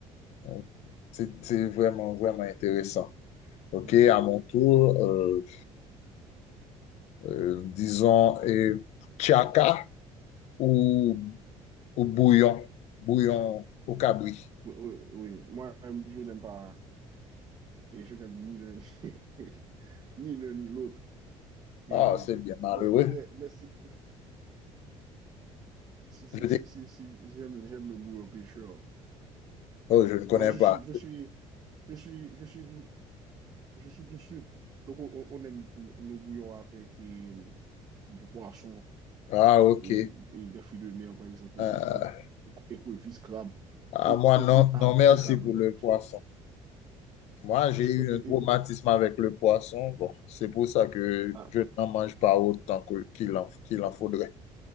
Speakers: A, on the left; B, on the right.
A: Donc, C'est c'est vraiment, vraiment intéressant. OK,
B: Mhm.
A: à mon tour, euh, euh, disons, euh, Chaka ou Ou bouillon, bouillon au cabri.
B: Oui, oui, oui. Moi, je n'aime pas, et je n'aime ni l'un <laughs> ni ni l'un ni l'autre. Et,
A: Ah, c'est bien
B: mais,
A: malheureux.
B: mais, mais si, Si, si,
A: Je dis,
B: si, si, si, j'aime, j'aime le bourreau pêcheur.
A: oh, je ne connais
B: Moi, je
A: pas.
B: suis, je suis, je suis, je suis, du- je suis du sud. Donc, on, on aime le- nos bouillons avec et, du poisson
A: Ah, ok.
B: et, et des fruits de mer, par exemple,
A: Euh,
B: et, et, et écrevisses, crabes,
A: ah,
B: et,
A: moi,
B: et,
A: non,
B: et avec
A: non, merci
B: le cabri
A: pour le
B: en plus.
A: poisson. Moi, j'ai
B: Tu-
A: eu
B: et-
A: un traumatisme
B: et-
A: avec le poisson. Bon, c'est pour ça que
B: à,
A: je n'en mange pas autant que- qu'il en, qu'il en faudrait.